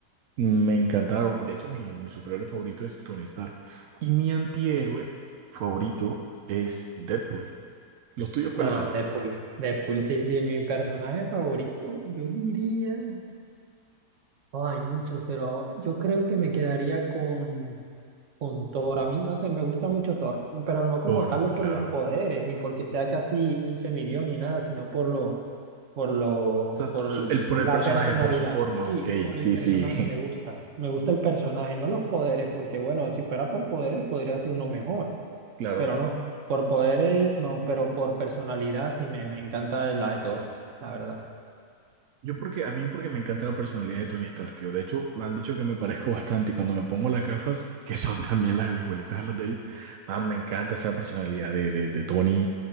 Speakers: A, on the right; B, on the right.
A: me encantaron. De hecho, mi, mi superhéroe favorito es Tony Stark. Y mi antihéroe favorito es Deadpool. ¿Los tuyos cuáles
B: Nada,
A: son?
B: Deadpool. Deadpool, sí, sí, mi personaje favorito, yo diría. oh, hay muchos, pero yo creo que me quedaría con, con Thor. A mí, no sé, me gusta mucho Thor, pero no como
A: Thor,
B: tal por
A: claro.
B: los poderes, ni porque sea casi un semidios ni nada, sino por lo, por lo,
A: O sea,
B: por
A: tú- su-
B: la
A: el, por el personaje,
B: personalidad.
A: por su forma,
B: Sí,
A: ok.
B: por
A: Sí,
B: el personaje
A: sí, <laughs>
B: me gusta. Me gusta el personaje, no los poderes, porque bueno, si fuera por poder, podría ser uno mejor.
A: claro.
B: pero no. Por poderes, no, pero por personalidad sí me, me encanta la de Thor, la verdad.
A: Yo porque, a mí porque me encanta la personalidad de Tony Stark, tío. De hecho, me han dicho que me parezco bastante y cuando me pongo las gafas, que son también las igualitas a las de él, man, me encanta esa personalidad de, de, de Tony.